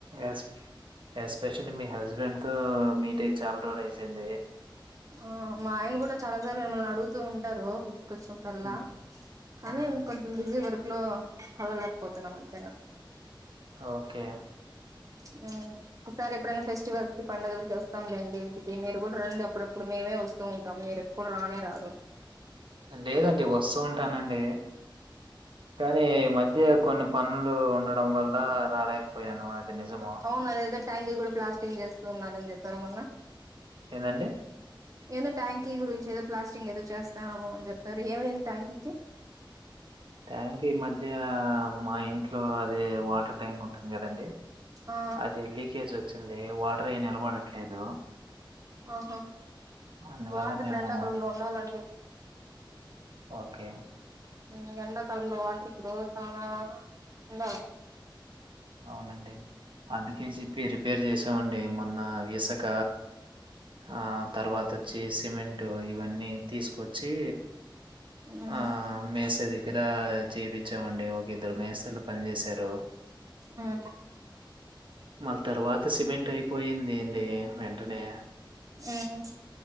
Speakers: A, on the right; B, on the right.
A: ఎస్ ఎస్పెషలీ మీ హస్బ్ బెండ్ తో మీటై చాలా రోజులు అయిపోయింది.
B: ఆ మా ఆయన కూడా చాలా సార్లు మిమ్మల్ని అడుగుతూ ఉం టర్రు ఉద్ కొచ్చినప్పుడల్లా
A: హ్మ్.
B: కానీ
A: హ్మ్.
B: ఇంకొంచం బిజీ వర్ ట్లో కలవలేకపోతున్నామండి
A: ఓకే
B: హ్మ్ ఒకసారి ఎప్పుడైనా ఫెస్టివల్స్ కి పండగలకి వస్తాంలేండి ఇంటికి మీ మీరు గూడ రండి అప్పుడప్పుడు మేమే వస్ స్తూ ఉంటాం మీరెప్పుడు రానేే రారు
A: లేదండి వస్తూ ఉంటానండి కానీ ఈ మధ్య కొన్న్ పనులు ఉండడం వల్ల రాలేక పోయాను అది నిజము.
B: అవును అదేదో ట్యాంకీ గూడ ప్లాస్టింగ్ చేస్తూ ఉన్నాడని చెప్పారు మొన్న.
A: ఏందండి
B: ఏదో ట్యాంకీ గురించి ఏదో ప్లాస్టింగ్ ఏదో చేస్తాన్నాము అని చెప్పారు, ఏమైంది ట్యాంకీకి?
A: ట్యాంక్ ఈ మధ్య మా ఇంట్లో అదే వాటర్ ట్యాంక్ ఉంటుంది. కదండి
B: ఆ
A: అది లీకేజ్ వచ్చింది. వా ట్రే నిలబడట్లేదు.
B: ఆహా
A: అందువల్ల
B: వాటర్ ఇప్పుడు
A: మేము
B: ఎండాకాలంలో ఉండాలండి.
A: ఓకే
B: హ్ ఎండ కాలంలో గుడా వాటర్ <unintelligible> ఉండాలే
A: అవునండి అందుకే జేప్పి రిపేర్ చేస్ <unintelligible> డి. మొన్న ఇసక ఆ తర్వాత ఓచ్చి సిమెంట్ ఇవన్నీ తీసుకొచ్చి
B: ఉమ్
A: ఆ
B: ఉమ్
A: మేస్త్రీ కి దగ్గర చేపిచ్చామండి. ఒక ఇద్దరు మేస్త్రీలు పని జేసారు.
B: ఆ
A: మళ్ళా తర్వాత సిమెంట్ అయిపోయింది అండి వెంటనే,
B: ఉమ్